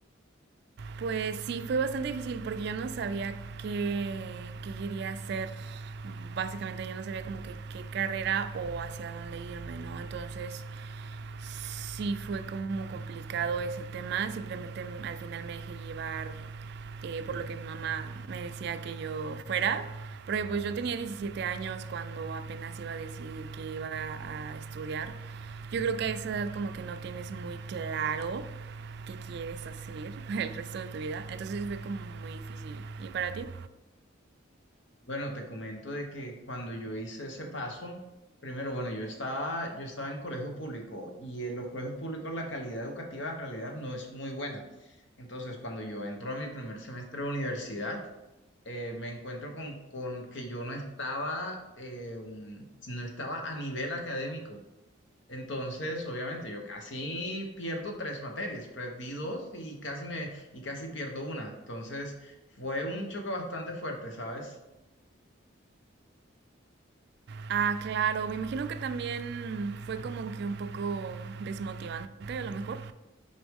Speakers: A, on the right; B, on the left.
A: Pues sí, fue bastante difícil porque yo no sabía qué, qué quería hacer. Básicamente yo no sabía como que qué carrera o hacia dónde irme, ¿no? Entonces sí fue como complicado ese tema, simplemente m- al final me dejé llevar eh, por lo que mi mamá me decía que yo fuera, porque pues yo tenía 17 años cuando apenas iba a decidir que iba a estudiar. Yo creo que a esa edad como que no tienes muy claro qué quieres hacer <laughs> el resto de tu vida, entonces sí fue como muy difícil. ¿Y para ti?
B: Bueno, te comento de que cuando yo hice ese paso, primero, bueno, yo estaba, yo estaba en colegio público y en los colegios públicos la calidad educativa en realidad no es muy buena. Entonces, cuando yo entro a mi primer semestre de universidad, eh, me encuentro con, con que yo no estaba, eh, mm, no estaba a nivel académico. Entonces, obviamente, yo casi pierdo tres materias, perdí dos y casi me, y casi pierdo una. Entonces, fue un choque bastante fuerte, ¿sabes?
A: Ah, claro, me imagino que también fue como que un poco desmotivante a lo mejor.